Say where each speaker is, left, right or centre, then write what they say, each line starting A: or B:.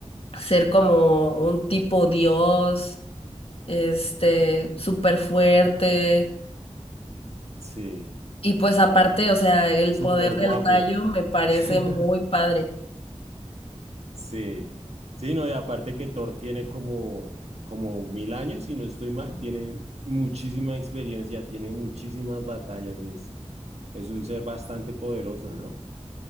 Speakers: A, on the left (about 55°); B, on the right (about 65°).
A: ser como un tipo dios, este, súper fuerte,
B: Sí,
A: y pues aparte, o sea, el
B: súper
A: poder
B: guapo.
A: del rayo me
B: <laughs>
A: parece muy padre.
B: Sí, sí, no, y aparte que Thor tiene como, como mil años, si no estoy mal, tiene muchísima experiencia, tiene muchísimas batallas, es, es un ser bastante poderoso, ¿no?